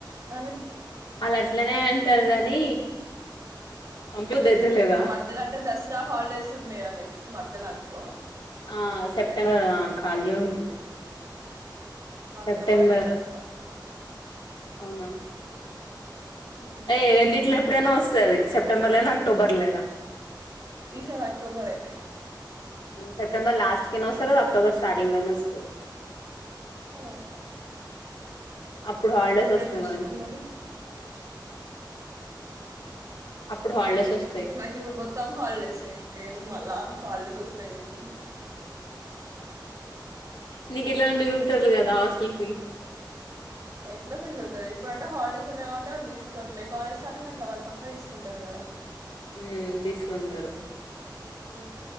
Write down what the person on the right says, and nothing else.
అన.
ఆ మధ్యలో అంటే దసరా హాలిడేస్ ఉన్నాయా లైక్ మధ్యలో అనుకో.
అక్టోబర్ లో దసరా
ఉమ్.
ఈసారి అక్టోబర్రే.
ఆ.
చేస్తున్నాం
మరి
నాకు ఇప్పుడు పొత్తాం హాలిడేస్ ఇంకే మళ్ళ హాలిడేస్ వస్తా ఏముంది.
ఎట్లా మిగిలవుతది ఇప్పుడు అంట హాలిడేస్ ఉన్నాయి కాబట్టి వాళ్ళ తీసుకోట్లేదు కాలేజ్ స్టార్ట్ అయినాక వాళ్లు పక్కా తీసుకుంటారు కదా.
ఉమ్.